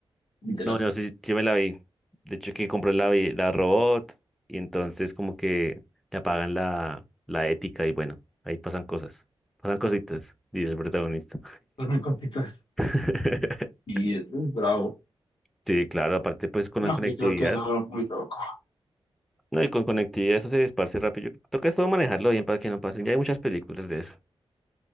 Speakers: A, on the left (about 60°); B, in the centre.
A: literal.
B: No, yo sí, yo me la vi. De hecho, que compró la, vi- la robot y entonces como que le apagan la, la ética y bueno, ahí pasan cosas. Pasan cositas, dice el protagonista.
A: Pues me contestas.
B: <laughs>
A: Y es, es bravo.
B: Sí, claro, aparte pues con
A: No,
B: la conectividad.
A: yo creo que eso era muy loco.
B: No, y con conectividad eso se esparce rápido. Toca es todo manejarlo bien para que no pasen. Ya hay muchas películas de eso.